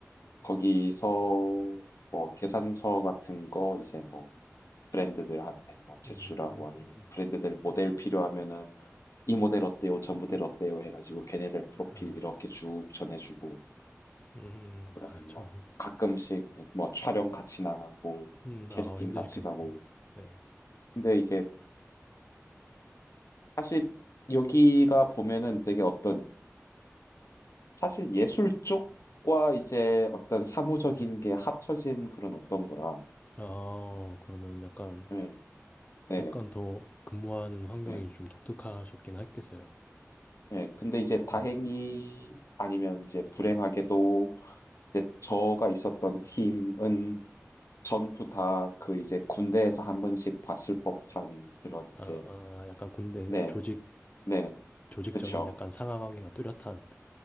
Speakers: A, on the left; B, on the left.
A: 거기서 뭐 계산서 같은 거 이제 뭐 브랜드들한테 뭐 제출하고
B: 음,
A: 아니면 브랜드들 모델 필요하면은 이 모델 어때요? 저 모델 어때요? 해가지고 걔네들 프로필
B: 아,
A: 이렇게 쭉 전해주고
B: 음,
A: 그다음에
B: 아,
A: 뭐
B: 저도.
A: 가끔씩 뭐 촬영 같이 나가고
B: 음,
A: 캐스팅
B: 아, 힘드셨겠네요.
A: 같이 가고
B: 네.
A: 근데 이게 사실 여기가 보면은 되게 어떤 사실 예술 쪽과 이제 어떤 사무적인
B: 네.
A: 게 합쳐진 그런 어떤 거라.
B: 아, 그러면 약간,
A: 네, 네네.
B: 약간 더 근무하는 환경이
A: 네.
B: 좀 독특하셨긴 했겠어요.
A: 음. 네, 근데 이제 다행히
B: 네.
A: 아니면 이제 불행하게도 이제 저가 있었던 팀은 전부 다 그 이제 군대에서 한 번씩 봤을 법한 그런 이제
B: 아, 아, 약간 군대
A: 네,
B: 조직,
A: 네네,
B: 조직적인
A: 그쵸,
B: 약간 상하 관계가 뚜렷한